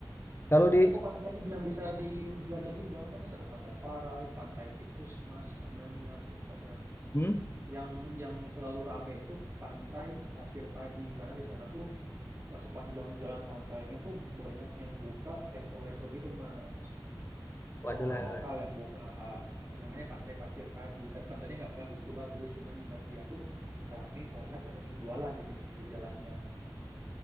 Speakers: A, on the left; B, on the right.
A: Kalau
B: Ada banyak
A: di,
B: kok pantainya yang bisa dijelajahi di Bangka Mas. Ada Pantai Parai, Pantai Tikus Mas namanya. Terus ada
A: hmm,
B: yang yang selalu rame itu Pantai Pasir Padi karena di sana tuh eh, sepanjang jalan pantainya tuh banyak yang buka resto-resto gitu Mas. orang-orang
A: adalah,
B: lokal yang buka apa namanya Pantai Pasir Padi. Tapi pantainya nggak nggak begitu bagus, cuman mer- dia tuh rame karena banyak yang jualan di pinggir-pinggir jalannya.